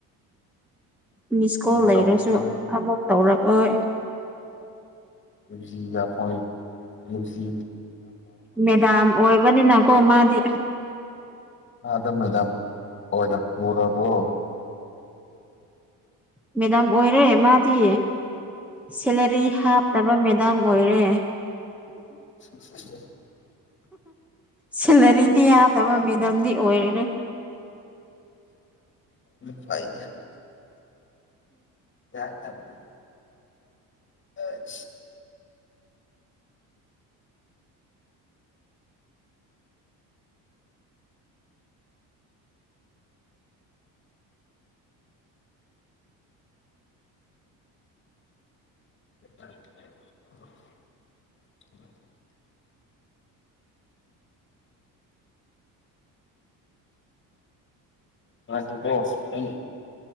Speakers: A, in the centre; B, on the left.
A: ꯃꯤꯁ
B: ꯀꯔꯤ
A: ꯀꯣꯜ ꯂꯩꯔꯁꯨ
B: ꯇꯧꯁꯤꯔ
A: ꯑꯃꯕꯛ ꯇꯧꯔꯛꯑꯣ
B: ꯌꯁꯤꯣꯏ ꯌꯁꯤ
A: ꯃꯦꯗꯥꯝ ꯑꯣꯏꯕꯅꯤꯅꯀꯣ ꯃꯥꯗꯤ
B: ꯑꯗ ꯃꯗꯥꯝ ꯑꯣꯂꯦꯝ ꯄꯨꯔꯔꯕꯣ
A: ꯃꯦꯗꯥꯝ ꯑꯣꯏꯔꯦ ꯃꯥꯗꯤ ꯁꯦꯂꯔꯤ ꯍꯥꯞꯇꯕ ꯃꯦꯗꯥꯝ ꯑꯣꯏꯔꯦ
B: <inaudible>
A: ꯁꯦꯂꯔꯤꯗꯤ ꯌꯥꯗꯕ ꯃꯦꯗꯥꯝꯗꯤ ꯑꯣꯏꯔꯦ
B: ꯐꯩꯗ ꯂ <inaudible> ꯑ <inaudible> <inaudible> ꯉꯀꯣ ꯑꯩ